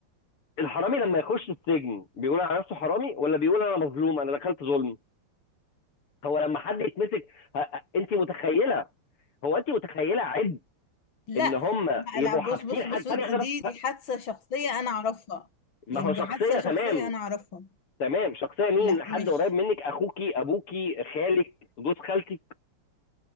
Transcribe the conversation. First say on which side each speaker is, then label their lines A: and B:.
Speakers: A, on the left; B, on the left.
A: الحرامي لما يخش السجن بيقول على نفسه حرامي ولا بيقول انا مظلوم انا دخلت ظلم هو لما حد يتمسك ه- انت متخيله هو انت متخيله عبء
B: لا
A: ان هم
B: لا
A: يبقوا
B: لا بص
A: حابسين
B: بص
A: حد
B: بص
A: ثانيه
B: دي
A: واحده
B: دي
A: بس
B: حادثة شخصية أنا أعرفها
A: ما
B: يعني
A: هو
B: دي
A: شخصيه
B: حادثة
A: تمام
B: شخصية أنا أعرفها
A: تمام شخصيه مين
B: لا
A: حد
B: مش
A: قريب منك اخوكي ابوكي خالك جوز خالتك